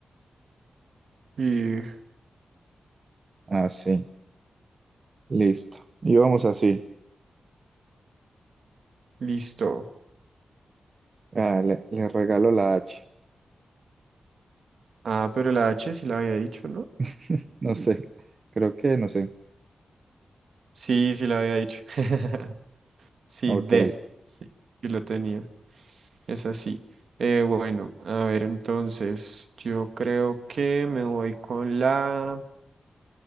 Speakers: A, on the right; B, on the right.
A: Y
B: Así. Listo. Y vamos así.
A: listo.
B: Ah, le, le regalo la H.
A: Ah, pero la H sí la había dicho, ¿no?
B: <laughs> No sé. Creo que, no sé.
A: Sí, sí la había dicho. <laughs> Sí,
B: Ok.
A: D. Sí, sí lo tenía. Es así. Eh, bueno, a ver, entonces, yo creo que me voy con la,